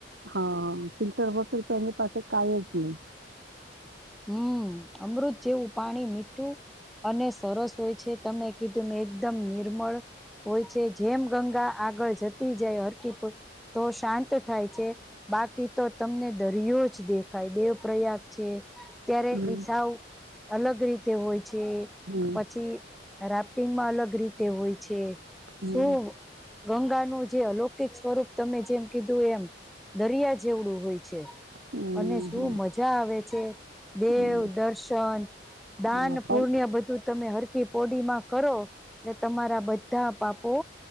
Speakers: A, on the right; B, in the centre.
A: હા ફિલ્ટર બસલ તની પાસે કઈ જ નહી.
B: હમ અમૃત જેવું પાણી મીઠું અને સરસ હોય છે તમે કે તમે એકદમ નિર્મળ, હોય છે જેમ ગંગા આગળ જતી જાય હરકીપુર, તો શાંત થાય છે, બાકી તો તમને દરિયો જ દેખાય દેવ પ્રયાગ છે. અત્યારે
A: હમ
B: એઈસવ અલગ રીતે હોય. પછી
A: હમ
B: પછી રાફ્ટિંગમાં અલગ રીતે હોય છે.
A: હમ
B: સો ગંગાનુંું જે અલૌકિક સ્વરૂપ તમે જેમ કીધું એમ દરિયા જેવડું હોય છે
A: હમ
B: અને શું મજા આવે છે દેવ
A: હમ હમ
B: દર્શન દાન
A: હા પણ
B: પુણ્ય બધું તમે હર ી પોડીમાં કરો એટલે તમારા બધા પાપો